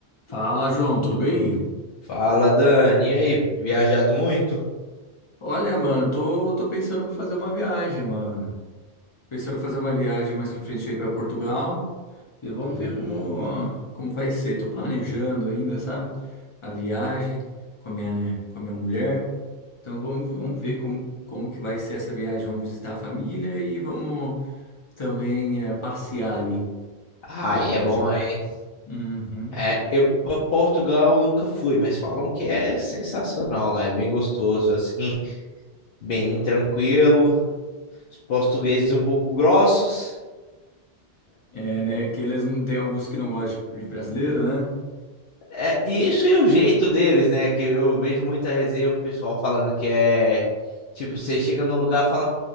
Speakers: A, on the left; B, on the left.
A: Fala, João, tudo bem?
B: Fala, Dani. E aí? Viajado muito?
A: Olha, mano, tô, tô pensando em fazer uma viagem, mano. Pensando em fazer uma viagem mais pra frente aí pra Portugal e vamos
B: Hum.
A: ver como, como vai ser. Tô planejando ainda, sabe? A viagem com a minha, né, com a minha mulher. Então vamos, vamos ver como, como que vai ser essa viagem. Vamos visitar a família e vamos também eh, passear ali
B: Ai,
A: pros lados
B: é bom,
A: de Portugal.
B: hein?
A: Uhum.
B: É, eu pra Portugal nunca fui, mas falam que é sensacional lá, é bem gostoso, assim, bem tranquilo. Os portugueses um pouco grossos.
A: É, né? Que eles não tem alguns que não gostam de brasileiro, né?
B: É, e isso é o jeito deles, né? Que eu vejo muita resenha, o pessoal falando que é tipo, você chega num lugar, fala,